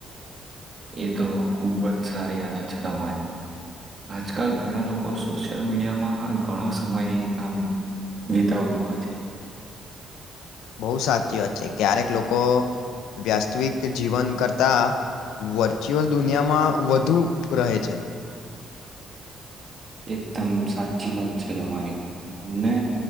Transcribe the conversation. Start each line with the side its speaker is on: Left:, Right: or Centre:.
Right: એ તો ખૂબ જ સારી આદછ તમારી આજકાલ ઘણા લોકો સોશિયલ મીડિયામાં ઘણો સમય આમ વિતાવતા હોય છે.
Left: બો સાચી વાત છે ક્યારેક લોકો વયાસ્તવિક જીવન કરતા વર્ચ્યુઅલ દુનિયામાં વધુ રહે છે.
Right: એકદમ સાચી વાત છે તમારી, અમને